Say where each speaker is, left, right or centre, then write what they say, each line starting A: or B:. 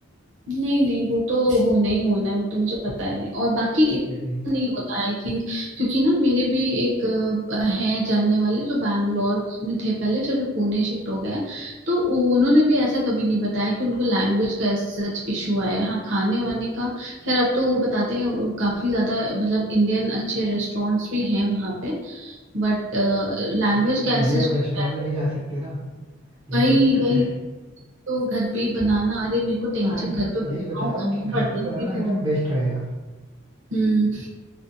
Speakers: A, on the right (about 65°); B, on the right (about 20°).
A: नहीं नहीं वो तो होना ही होना है वो तो मुझे पता है और बाकी
B: Exactly
A: इतना
B: exactly.
A: नहीं होता आई थिंक क्योंकि ना मेरे भी एक अ, है जानने वाले जो बैंगलोर में थे पहले फिर वो पुणे शिफ्ट हो गए तो उ- उन्होंने भी ऐसा कभी नहीं बताया कि उनको लैंग्वेज का सच इशू आया है। हाँ खाने वाने का खैर अब तो वो बताते हैं वो काफी ज्यादा मतलब इंडियन अच्छे रेस्टोरेंट्स भी हैं वहाँ पे बट लैंग्वेज
B: नहीं बट
A: का
B: डेली
A: ऐसा
B: आप रेस्टोरेंट
A: कोई barrier
B: में नहीं जा सकते ना यही
A: वही
B: तो दिक्कत
A: वही
B: है
A: तो घर पे ही बनाना अरे मेरे को टेंशन
B: हाँ य-
A: घर पे बनाऊं
B: यही बता रहा हूँ कि घर
A: बर्तन
B: पे बनाना
A: भी धो
B: एकदम बेस्ट रहेगा
A: हम्म